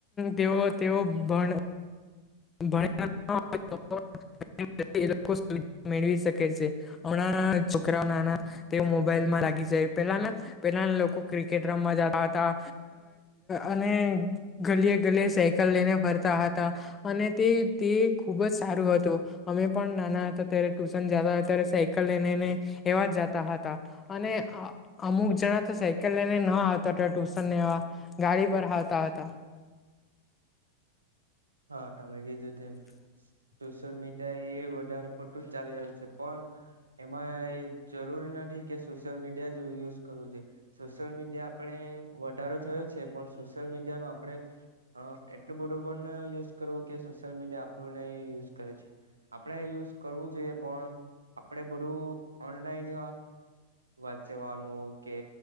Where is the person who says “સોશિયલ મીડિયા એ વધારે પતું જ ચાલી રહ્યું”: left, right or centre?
Right